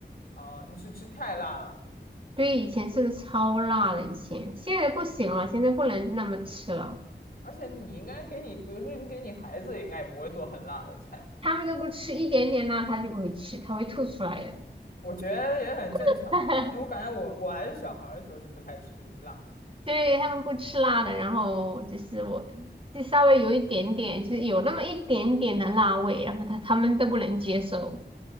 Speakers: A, on the left (about 55°); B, on the right (about 30°).
A: 啊，你是吃太辣了，
B: 对，以前吃的超辣的，以前现在不行了，现在不能那么吃了。
A: 而且你应该给你，比如说你给你孩子，应该也不会做很辣的菜
B: 他们都不吃一点点辣，他就不会吃，他会吐出来的。
A: 我觉得也很正常，
B: <laughs>
A: 啊，因为我感觉我我还是小孩儿的时候就不太吃辣
B: 对，他们不吃辣的，然后就是我，就稍微有一点点，就是有那么一点点的辣味，然后他他们都不能接受。